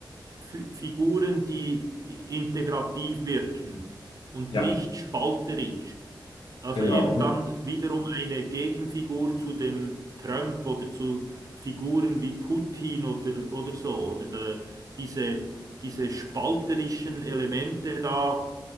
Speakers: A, on the right; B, on the left.
A: Fi- Figuren, die integrativ wirken und
B: Ja,
A: nicht spalterisch. Also
B: genau.
A: eben
B: Und
A: dann wiederum eine Gegenfigur zu dem Trump oder zu Figuren wie Putin oder, oder so, oder der, diese, diese spalterischen Elemente da,